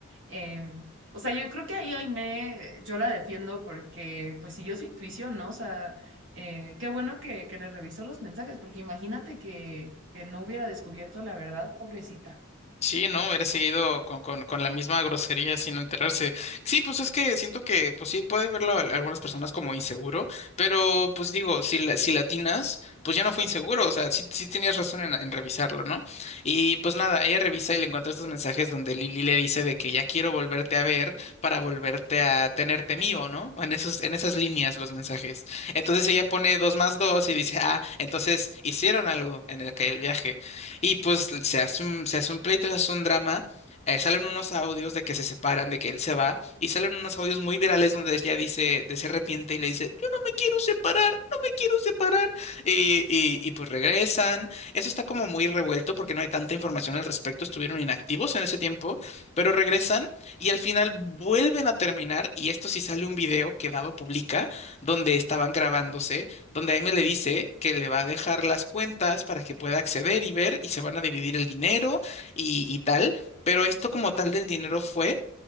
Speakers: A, on the right; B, on the left.
A: Em, o sea, yo creo que ahí Aimee, yo la defiendo porque pues siguió su intuición, ¿no? O sea, eh, qué bueno que, que le revisó los mensajes, porque imagínate que, que no hubiera descubierto la verdad, pobrecita.
B: Sí, ¿no? Eres seguido con, con, con la misma grosería sin enterarse. Sí, pues es que siento que, pues sí, puede verlo a algunas personas como inseguro, pero pues digo, si, la, si latinas, pues ya no fue inseguro, o sea, sí, sí tenías razón en, en revisarlo, ¿no? Y pues nada, ella revisa y le encuentra estos mensajes donde Lili le dice de que ya quiero volverte a ver para volverte a tenerte mío, ¿no? En esos, en esas líneas los mensajes. Entonces ella pone dos más dos y dice, ah, entonces hicieron algo en el, que el viaje. Y pues se hace un, se hace un pleito, se hace un drama. eh, salen unos audios de que se separan, de que él se va, y salen unos audios muy virales donde ella dice, de se arrepiente y le dice, yo no me quiero separar, no me quiero separar. Y, y, y pues regresan. Eso está como muy revuelto porque no hay tanta información al respecto, estuvieron inactivos en ese tiempo, pero regresan y al final vuelven a terminar, y esto sí sale un video que Dado publica, donde estaban grabándose donde Aime le dice que le va a dejar las cuentas para que pueda acceder y ver y se van a dividir el dinero y, y tal. Pero esto como tal del dinero fue,